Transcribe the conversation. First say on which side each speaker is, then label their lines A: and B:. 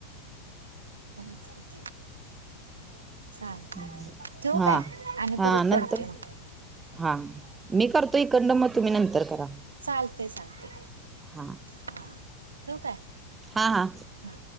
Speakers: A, on the right; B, on the right.
A: खरच की चालतंय
B: हम्म,
A: ठेवू
B: हा
A: काय आणि परत
B: हा
A: करते
B: नंतर
A: मग
B: हा, मी करतोय इकडन म तुम्ही नंतर करा.
A: चालतय चालतय
B: हा
A: हा, ठेवू काय?
B: हा हा
A: हा